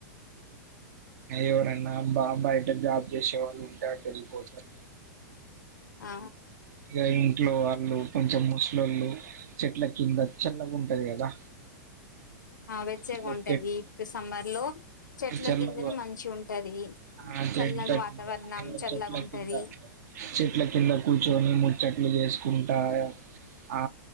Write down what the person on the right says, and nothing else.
ఎవరనా బా బయట జాబ్ చేసేవాళ్ళు ఉంటే అటు వెళ్ళిపోతారు
ఇ ఇంట్లో వాళ్ళు కొంచెం ముసలళ్ళు చెట్ల కింద చల్లగా ఉంటది కదా
ఇగ
చెట్
చల్లగా
ఆ
చెట్ల
కింద ఇగ
చెట్ల కింద చెట్ల కింద కూర్చొనీ ముచ్చట్లు జేస్కుంటా ఆ